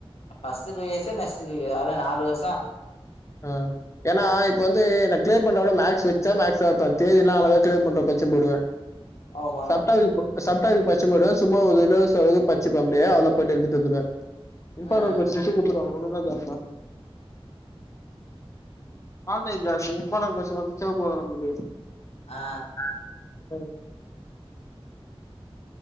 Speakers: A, on the left; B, on the left.
A: ஃபஸ்ட ஜூயஸு நெஸ்ட் ஜூய அதா நாலு வருஷொ
B: அ ஏனா இப்ப வந்து எனக் கிளர் பண்றவ ஆனா மேக்ஸ் வச்சா மேக்ஸ்தா வப்பே தியரிலா அழகா கிளர் பண்றவ படிச்சினு போய்டுவே
A: ஆமா
B: சப்டா விப்பு சப்டாவியிப் படிச்சினு போய்டுவ சும்மா ஒரு இலஸ் ஆயி பச்சுப்ப அப்டிய அதுல போயிட்டு எழுதிட்டுவந்தருவே இம்பார்ட்டன்
A: ம்
B: கொஷ்டீன்ஸ் குடுத்துவாங்க ஒன்னு ஓன்னா பெரட்னா ஆன்லைன் கிளாஸு இம்பார்டண்ட் கொஸ்டீனு வந்துச்சா போது நம்மளுக்கு
A: ஆ
B: அ ம்